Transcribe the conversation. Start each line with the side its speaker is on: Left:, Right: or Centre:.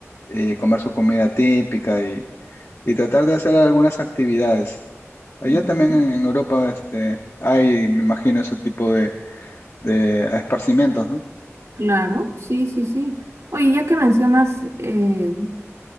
Left: Y comer su comida típica y, y tratar de hacer algunas actividades. Allá
Right: ujú,
Left: también en, en Europa este, hay, me imagino, ese tipo de, de esparcimientos, ¿no?
Right: claro, sí, sí, sí. Oye, ya que mencionas, eh,